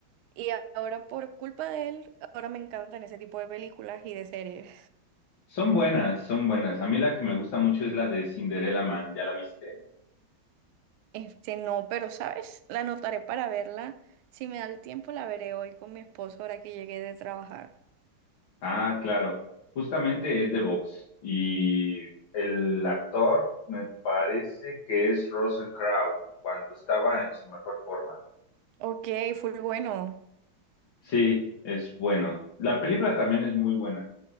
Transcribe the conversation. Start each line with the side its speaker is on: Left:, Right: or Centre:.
Right: Y a- ahora por culpa de él, ahora me encantan ese tipo de películas y de series.
Left: Son buenas, son buenas. A mí la que me gusta mucho es la de Cinderella Man, ¿ya la viste?
Right: Este, no, pero sabes, la anotaré para verla. Si me da el tiempo, la veré hoy con mi esposo ahora que llegué de trabajar.
Left: Ah, claro. Justamente es de box. Y el actor me parece que es Russell Crowe, cuando estaba en su mejor forma.
Right: Ok, full bueno.
Left: Sí, es bueno. La película también es muy buena.